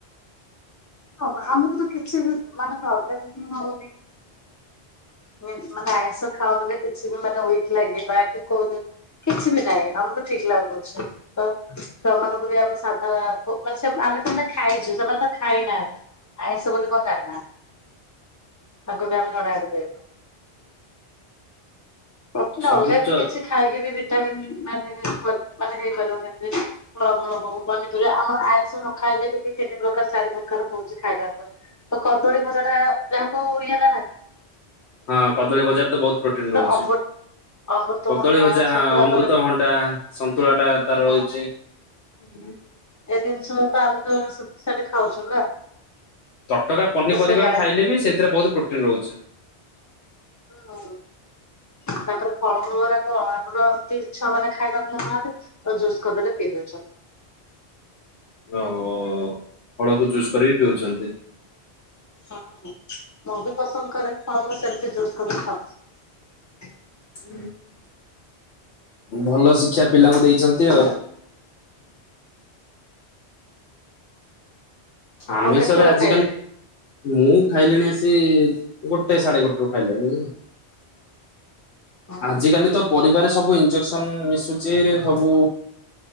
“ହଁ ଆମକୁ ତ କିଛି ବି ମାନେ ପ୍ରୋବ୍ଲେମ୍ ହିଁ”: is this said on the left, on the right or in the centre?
Left